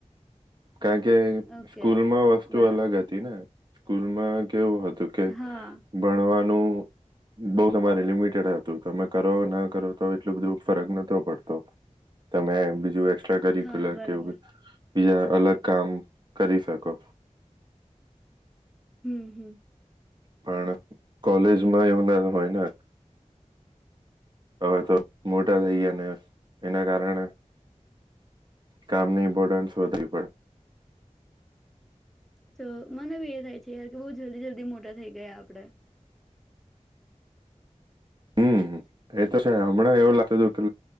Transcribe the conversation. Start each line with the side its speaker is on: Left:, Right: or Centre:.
Right: કારણ કે
Centre: ઓકે
Right: સ્કૂલમાં વસ્તુ
Centre: બરાબર
Right: અલગ હતી ને. સ્કૂલ માં. કેવું હતું કે
Centre: હા
Right: ભણવા. નુ બઉ તમારે લિમિટેડ હતું તમે કરો ના કરો તો એટલું બધું ફરક નતો પડતો. તમે બીજું. એક્સ્ટ્રા કરિકુલર
Centre: હા બરાબર
Right: કે એવું. બીજ અલગ કામ કરી શકો.
Centre: હમ હમ.
Right: પણ કોલેજમાં એવું ના હોય ને હવે તો મોટા થઈ ગયા ને એના કારણે કામની ઇમ્પોર્ટન્સ વધવી પડે.
Centre: તો મને બી એ થાય છે યાર કે બહુ જલ્દી જલ્દી મોટા થઈ ગયા આપડે.
Right: હમ એ તો છે હમણાં એવું લાગત હતું કે